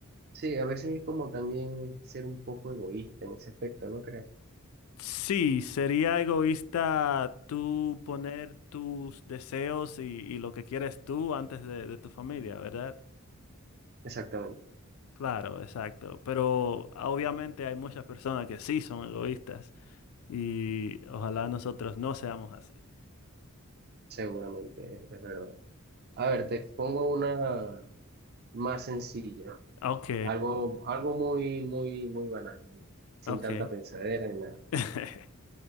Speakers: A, on the right; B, on the left.
A: Sí, a veces es como también ser un poco egoísta en ese aspecto, ¿no crees?
B: Sí, sería egoísta tú poner tus deseos y, y lo que quieres tú antes de, de tu familia, ¿verdad?
A: Exactamente,
B: Claro, exacto. Pero obviamente hay muchas personas que sí son egoístas y ojalá nosotros no seamos así.
A: seguramente, es, es verdad. A ver,
B: Mm.
A: te pongo una más sencilla,
B: Ok,
A: algo, algo muy, muy, muy banal, muy- sin
B: ok.
A: tanta pensadera ni nada.
B: <laughs>